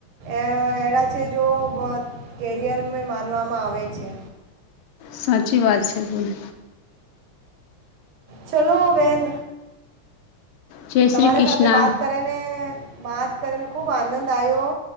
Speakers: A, on the right; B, on the left.
A: અ એડા છે જો કેરયરમે માનવામાં આવે છે.
B: સાચી વાત છે બોને.
A: ચલો બેન
B: જય
A: તમારી
B: શ્રી કૃષ્ણ
A: સાથે વાત કરેને વાત કરીને ખૂબ આનંદ આવ્યો